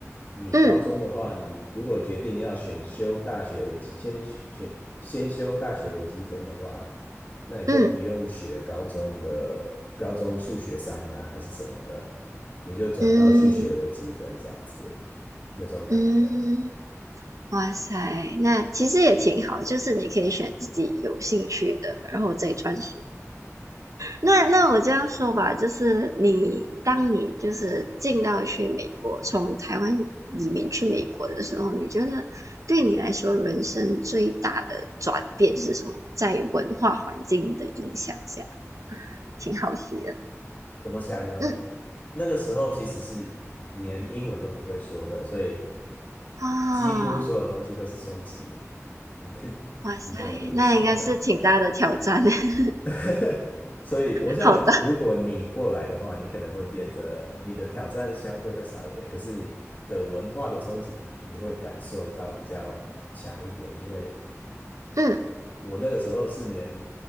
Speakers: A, on the left (about 30°); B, on the right (about 85°).
A: 你高中的话，
B: 嗯
A: 你如果决定要选修大学微积，先选先修大学微积分的话，那你就不用学高中的高中数学三啊，
B: 嗯
A: 还是什么的，你就转到去学微积分这样子，
B: 嗯
A: 那种感觉。
B: 嗯，哇塞，那其实也挺好，就是你可以选自己有兴趣的，然后再专心。那那我这样说吧，就是你当你就是进到去美国，从台湾移民去美国的时候，你觉得对你来说人生最大的转变是什么？在文化环境的影响下，挺好奇的。
A: 怎么想呢？
B: 嗯
A: 那个时候其实是连英文都不会说的，所以
B: 啊，
A: 几乎所有东西都是冲击，你 <laughs>
B: 哇塞，
A: 你懂我的意思吗？
B: 那应该是挺大的挑战，<laughs>
A: <laughs> 所以，我想，
B: 好的，
A: 如果你过来的话，你可能会变得你的挑战相对会少一点，可是你的文化的冲击你会感受到比较强一点。因为
B: 嗯
A: 我那个时候是连